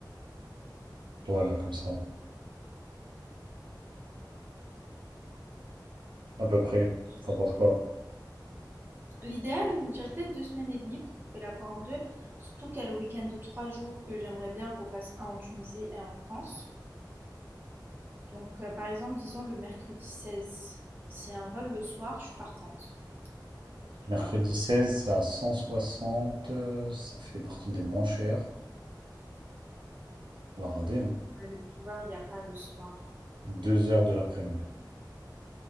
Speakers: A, on the right; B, on the right.
A: Voilà, comme ça, à peu près.
B: Je sais
A: T'en penses quoi?
B: L'idéal, je me dirais peut-être deux semaines et demie pour couper la poire en deux. Surtout qu'il y a le week-end de trois jours que j'aimerais bien qu'on fasse un en Tunisie et un en France. Donc, euh, par exemple, disons le mercredi seize, S'il y a un vol le soir, je suis partante, tu
A: Mercredi
B: vois.
A: 16, c'est à 160. euh, Ça fait partie des moins chers. On va rader, hein.
B: Ouais, mais tu vois, il n'y a pas le soir.
A: 2 heures de l'après-midi. ouais.